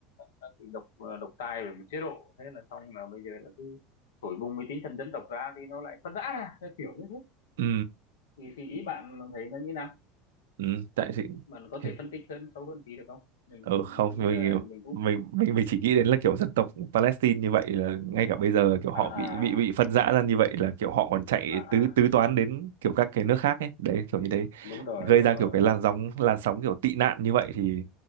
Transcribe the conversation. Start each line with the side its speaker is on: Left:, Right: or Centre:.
Left: đang bị độc ờ, độc tài bởi một chế độ thế là xong là bây giờ là cứ thổi bùng cái tinh thần dân tộc ra thì nó lại phân rã ra cái kiểu như thế
Right: ừ
Left: thì, thì ý bạn thấy nó như nào
Right: ừ tại
Left: bạn có
Right: thì
Left: thể phân tích hơn sâu hơn tí được không mình,
Right: ừ,
Left: mình
Right: không
Left: nghĩ
Right: mình
Left: là mình cũng
Right: mình mình mình chỉ nghĩ đến là kiểu dân tộc Palestine như vậy là ngay cả bây giờ kiểu họ
Left: à à
Right: bị bị bị phân rã ra như vậy là kiểu họ còn chạy
Left: à à
Right: tứ tứ toán đến kiểu các cái nước khác ấy đấy kiểu như thế
Left: đúng rồi
Right: gây
Left: đúng
Right: ra
Left: rồi
Right: kiểu cái làn sóng làn sóng kiểu tị nạn như vậy thì